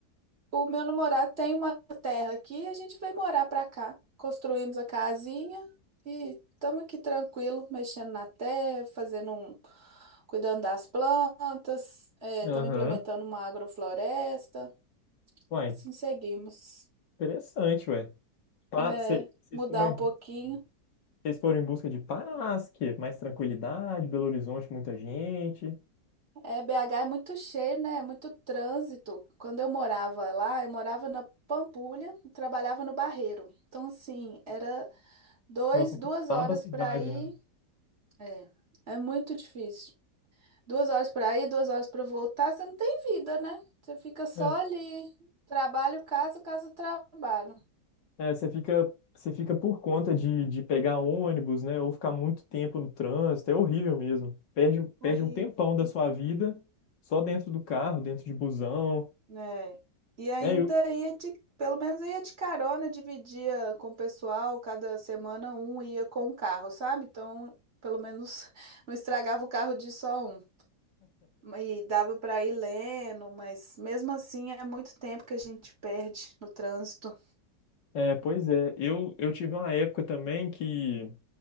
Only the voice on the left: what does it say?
Aham.
Uai,
interessante, ué. Pa-
cê- Vocês
foram em
busca, vocês foram em busca de paz, que mais tranquilidade, Belo Horizonte, muita gente.
Nossa,
que nova
cidade,
né?
É.
É, você fica, você fica por conta de, de pegar ônibus, né? Ou ficar muito tempo no trânsito, é horrível mesmo. Perde,
perde um tempão da sua vida só dentro do carro, dentro de busão.
É, eu,
é, pois é, eu, eu tive uma época também que,